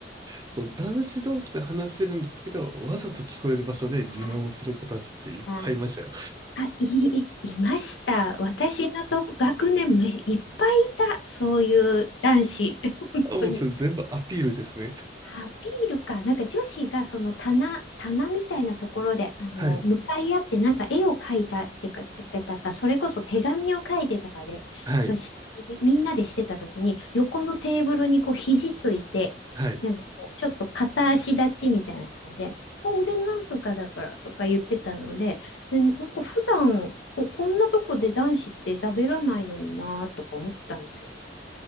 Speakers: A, on the right; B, on the left.
A: そう、男子同士で話してるんですけど、わざと聞こえる場所で自慢をする子たちっていっぱいいましたよ。
B: あーあ、い、いました。私のとこ、学年もいっぱいいた。そういう男子。<laughs> 本当に。
A: あ、もうそれ全部アピールですね。
B: アピールか。なんか女子がその棚、棚みたいなところで、あの、
A: はい、
B: 向かい合ってなんか絵を描いたってか、ててたか、それこそ手紙を書いてたかで、
A: はい、
B: そしみんなでしてた時に、横のテーブルにこう肘ついて、
A: はい。い
B: なんかこうちょっと片足立ちみたいな感じで、お、俺なんとかだからとか言ってたので、でなんか普段こ、こんなとこで男子って食べらないのになとか思ってたんですよ。